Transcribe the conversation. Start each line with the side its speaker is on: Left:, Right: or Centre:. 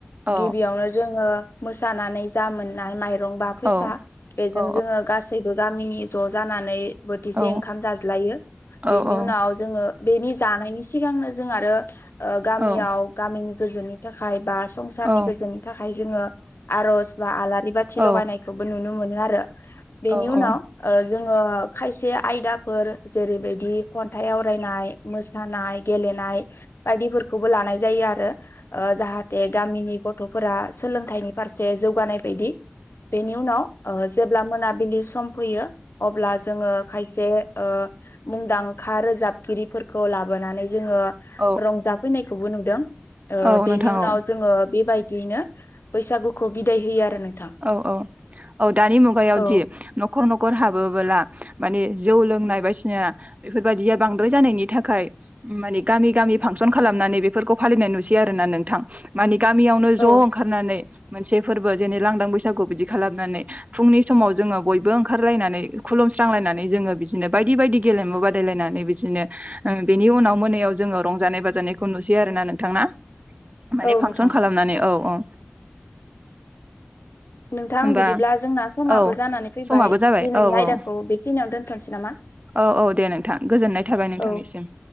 Right: औ
Left: गिबियावनो जोङो मोसानानै जा मोननाय माइरं बा फैसा
Right: औ
Left: बेजों
Right: औ
Left: जोङो गासैबो गामिनि ज' जानानै बोथिसे
Right: औ
Left: ओंखाम जाज्लायो
Right: औ
Left: बेनि उनाव जोङो बेनि जानायनि सिगांनो जों आरो गामियाव
Right: औ
Left: गामिनि गोजोननि थाखाय बा संसारनि
Right: औ
Left: गोजोननि थाखाय जोङो आर'ज बा आलारि बाथि
Right: औ
Left: लगायनायखौबो नुनो मोनो आरो बेनि
Right: औ
Left: उनाव
Right: औ
Left: जोङो खायसे आयदाफोर जेरैबायदि खन्थाइ आवरायनाय मोसानाय गेलेनाय बायदिफोरखौबो लानाय जायो आरो जाहाथे गामिनि गथ'फोरा सोलोंथाइनि फारसे जौगानाय बायदि बेनि उनाव जेब्ला मोना बिलि सम फैयो अब्ला जोङो खायसे मुंदांखा रोजाबगिरिफोरखौ लाबोनानै जोङो
Right: औ
Left: रंजाफैनायखौबो नुदों
Right: औ
Left: बेनि
Right: नोंथां
Left: उनाव
Right: औ
Left: जोङो बेबायदियैनो बैसागुखौ बिदाय होयो आरो नोंथां
Right: औ औ औ दानि मुगायावदि
Left: औ
Right: न'खर न'खर हाबोबोला माने जौ लोंनाय बायदिना बेफोरबायदिया बांद्राय जानायनि थाखाय मानि गामि गामि फांसन खालामनानै बेफोरखौ फालिनाय नुसैयो आरो ना नोंथां मानि गामियावनो
Left: औ
Right: ज' ओंखारनानै मोनसे फोरबो जेनेबा लांदां बैसागु बिदि खालामनानै फुंनि समाव जोङो बयबो ओंखारलायनानै खुलुमस्रांलायनानै जोङो बिदिनो बायदि बायदि गेलेमु बादायलायनानै बिदिनो बेनि उनाव मोनायाव जोङो रंजानाय बाजानायखौ नु सै आरोना नोंथां ना माने
Left: औ
Right: फांसन
Left: नोंथां
Right: खालामनानै औ औ
Left: नोंथां
Right: होमबा
Left: बिदिब्ला जोंना समाबो
Right: औ
Left: जानानै फैबाय
Right: समाबो जाबाय
Left: दिनैनि
Right: औ
Left: आयदाखौ
Right: औ
Left: बेखिनियाव दोन थनोसै नामा
Right: औ औ दे नोंथां गोजोननाय थाबाय नोंथांनिसिम
Left: औ